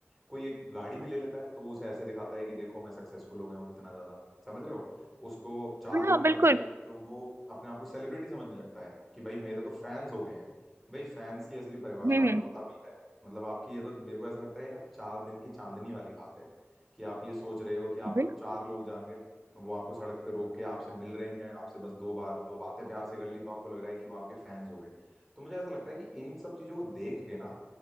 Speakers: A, in the centre; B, on the right (about 60°).
A: कोई एक गाड़ी भी ले लेता है तो वो उसे ऐसे दिखाता है कि देखो मैं सक्सेसफुल हो गया हूँ कितना ज्यादा समझ रहे हो उसको चार
B: हम्म
A: लोग
B: हाँ बिल्कुल
A: जान गए तो वो अपने आप को सेलिब्रिटी समझने लगता है कि भाई मेरे तो फैंस हो गए हैं भाई फैंस की असली परिभाषा
B: हम्म
A: आपको
B: हम्म
A: पता भी है मतलब आपकी ये तो मेरे को ऐसा लगता है ये ना चार दिन की चांदनी वाली बात है कि आप ये सोच रहे हो कि आपको
B: बिल्कुल
A: चार लोग जान गए वो आपको सड़क पे रोक के आपसे मिल रहे हैं आपसे बस दो बात दो बातें प्यार से कर ली तो आपको लग रहा है कि वो आपके फैंस हो गए तो मुझे ऐसा लगता है कि इन सब चीजों को देख के ना